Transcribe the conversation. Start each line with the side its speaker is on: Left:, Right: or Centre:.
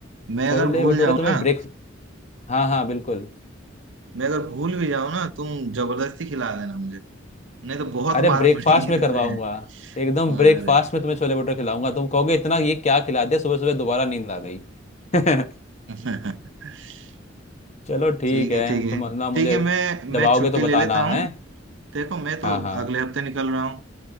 Right: मैं
Left: छोले
Right: अगर भूल
Left: भटूरे
Right: जाऊं
Left: तुम्हें
Right: ना हाँ।
Left: ब्रेक हाँ हाँ बिल्कुल
Right: मैं अगर भूल भी जाऊं ना तुम जबरदस्ती खिला देना मुझे नहीं तो बहुत
Left: अरे
Right: मार
Left: ब्रेकफास्ट
Right: पड़ेगी
Left: में
Right: तुम्हें
Left: करवाऊंगा एकदम
Right: अरे
Left: ब्रेकफास्ट में तुम्हें छोले भटूरे खिलाऊंगा तुम कहोगे इतना ये क्या खिला दिया सुबह सुबह दोबारा नींद आ गई <laughs>
Right: <laughs>
Left: चलो ठीक
Right: ठीक
Left: है
Right: है ठीक
Left: तुम
Right: है
Left: ना मुझे
Right: ठीक है मैं
Left: जब
Right: मैं
Left: आओगे
Right: छुट्टी
Left: तो बताना
Right: ले लेता हूँ
Left: है
Right: देखो मैं तो
Left: हाँ हाँ
Right: अगले हफ्ते निकल रहा हूँ